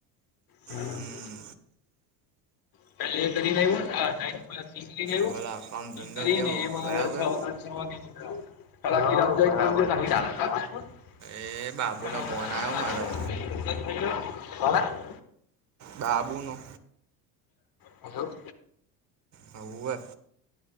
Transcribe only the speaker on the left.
હમ્મ.
પેલા એ કરીને
આવ્યુ
<unintelligible>
કરીને એમાં. <unintelligible> છ વાગે
નીકળ્યા.
<unintelligible> <unintelligible>
હલો.